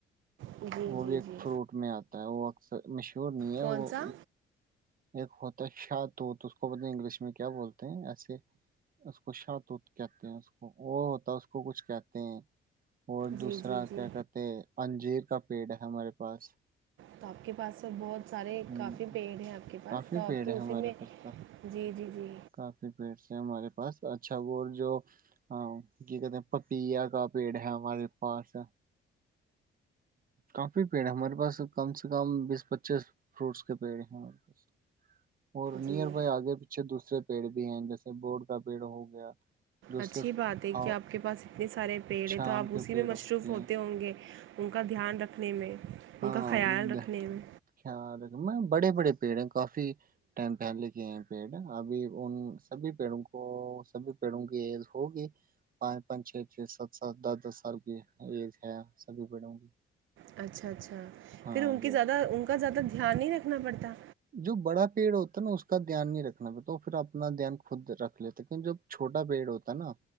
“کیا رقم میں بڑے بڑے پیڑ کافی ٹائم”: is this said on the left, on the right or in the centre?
Right